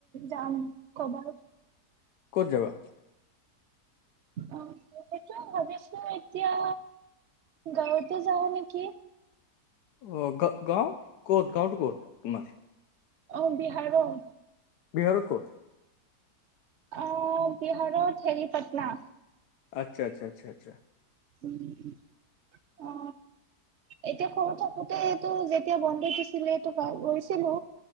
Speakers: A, on the right; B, on the left.
A: যাম কব
B: ক'ত যাবা?
A: অ' সেইটোৱে ভাবিছোঁ এতিয়া, গাঁৱতে যাওঁ নেকি!
B: অ', গা-গাঁও ক'ত? গাঁওতটো ক'ত? তোমাৰ!
A: অ' বিহাৰৰ।
B: বিহাৰত ক'ত?
A: অ', বিহাৰত হেৰি, পাটনা।
B: আচ্ছা, আচ্ছা, আচ্ছা।
A: উম। অ', এতিয়া সৰু থাকোতেইটো, যেতিয়া বন্ধ দিছিলে টো, ভাল, গৈছিলোঁ।